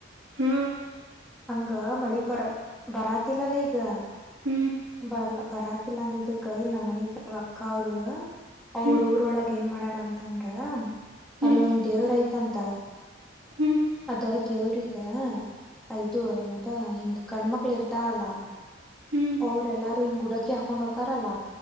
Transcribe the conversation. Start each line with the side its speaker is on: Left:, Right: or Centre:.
Right: ಹ್ಮ
Centre: ಹಂಗ ಮಳಿ ಬರ ಬರಾತಿಲ್ಲಲ್ಲ ಈಗ
Right: ಹ್ಮ್
Centre: ಬರ್ಲ ಬರಾತಿಲ್ಲ ಅಂದಿದ್ದಕ್ಕ ಇಲ್ಲ ನಮ್ಮ ಮನಿ ಬಲಿ ಅಕ್ಕ ಅವರು ಅವ್ರ
Right: ಹ್ಮ್
Centre: ಊರೊಳಗ ಏನ್ ಮಾಡಾರ ಅಂತ ಅಂದ್ರ
Right: ಹ್ಮ್
Centre: ಅಲ್ಲಿ ಒಂದ್ ದೇವ್ರ ಐತಂತ
Right: ಹ್ಮ್
Centre: ಅದ ದೇವ್ರಿಗಯ ಇದು ಏನದು ಹಿಂಗ ಗಣ್ಮಕ್ಳ ಇರ್ತಾರಲ್ಲ
Right: ಹ್ಮ್
Centre: ಅವ್ರ ಎಲ್ಲಾರು ಹಿಂಗ್ ಉಡಕಿ ಹಾಕೊಂಡ್ ಹೊಕಾರಲ್ಲ